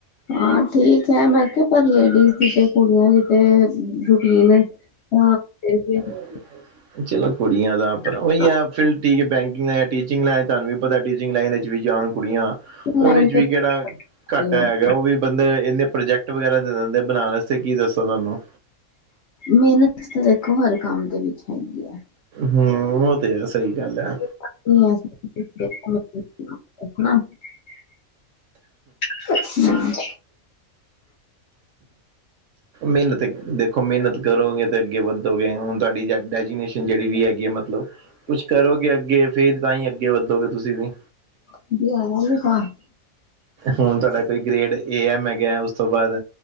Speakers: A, on the left; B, on the right.
A: ਹਾਂ ਠੀਕ ਹੈ ਮੈਂ ਕਿਹਾ ਪਰ ਲੇਡੀਜ਼ ਦੀ ਤੇ ਕੁੜੀਆਂ ਦੀ ਤੇ ਰੂਟੀਨ ਏ। <unintelligible>
B: <inaudible> ਚਲੋ ਕੁੜੀਆਂ ਦਾ ਆਪਨਾ
A: ਟੀਚਿੰਗ
B: ਓਈ ਹੈ ਫੀਲਡ ਠੀਕੈ ਬੈਂਕਿੰਗ ਲੇਨ ਟੀਚਿੰਗ ਲੇਨ ਤੂਆਨੂ ਵੀ ਪਤਾ ਟੀਚਿੰਗ ਲਾਈਨ ਇਚ ਵੀ ਜਾਣ ਕੁੜੀਆਂ
A: ਲਾਈਨ
B: ਓਦੇ 'ਚ ਵੀ
A: ਤੇ
B: ਕਿਹੜਾ
A: ਕੁੜੀਆਂ
B: ਘਾਟਾ
A: ਦੀ।
B: ਹੈਗਾ ਓ ਵੀ ਬੰਦੇ ਇਨੇ ਪ੍ਰੋਜੈਕਟ ਵਗੈਰਾ ਦੇ ਦੇਂਦੇ ਬਨਾਨ ਆਸਤੇ ਕੀ ਦਸਾਂ ਤੂਆਨੂ
A: ਮੇਹਨਤ ਤੇ ਦੇਖੋ ਹਰ ਕੰਮ ਦੇ ਵਿਚ ਹੈਗੀ ਐ।
B: ਹੂੰ ਓ ਤੇ ਹੈ ਸਈ ਗੱਲ ਐ।
A: <unintelligible> <inaudible>
B: ਮੇਹਨਤ ਦੇਖੋ ਮੇਹਨਤ ਕਰੋਗੇ ਤੇ ਅਗੇ ਵੱਧੋਗੇ ਹੁਨ ਤੁਆਡੀ ਡੈਜੀਨੇਸ਼ਨ ਜੇੜੀ ਵੀ ਹੈਗੀ ਏ ਮ ਕੁਛ ਕਰੋਗੇ ਅਗੇ ਫੇਰ ਤਾਂਈ ਅਗੇ ਵੱਧੋਗੇ ਤੁਸੀ ਵੀ
A: <unintelligible>
B: ਹੁਨ ਤੁਹਾਡਾ ਕੋਈ ਗ੍ਰੇਡ ਏ ਐਮ ਹੈਗਾ ਉਸ ਤੋ ਬਾਦ